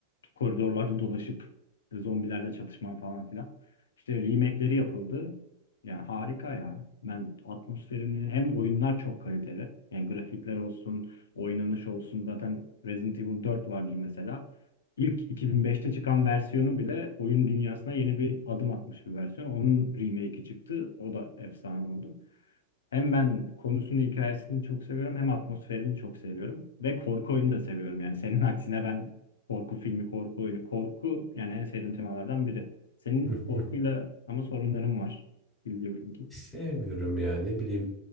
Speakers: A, on the left; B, in the centre.
A: koridorlarda dolaşıp e, zombilerle çatışma falan filan. İşte remake'leri yapıldı. Yani harika ya. Ben atmosferini hem oyunlar çok kaliteli. Yani grafikler olsun, oynanış olsun. Zaten Resident Evil 4 vardır mesela. İlk 2005'te çıkan versiyonu bile oyun dünyasına yeni bir adım atmış bir versiyon. Onun remake'i çıktı. O da efsane oldu. Hem ben konusunu, hikayesini çok seviyorum hem atmosferini çok seviyorum. Ve korku oyunu da seviyorum. Yani senin aksine ben korku filmi, korku oyunu, korku yani en sevdiğim temalardan biri. Senin
B: Hı
A: korkuyla
B: hı.
A: ama sorunların var. Biliyorum ki.
B: Sevmiyorum ya ne bileyim.